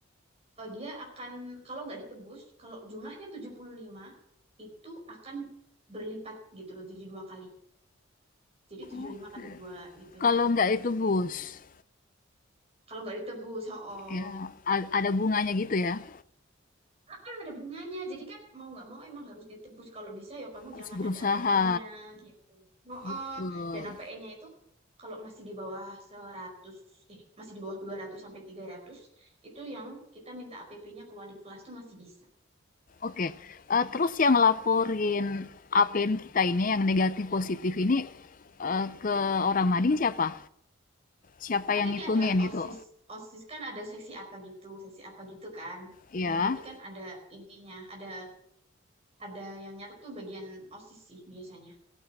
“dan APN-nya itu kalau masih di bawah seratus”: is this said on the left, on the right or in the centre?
Right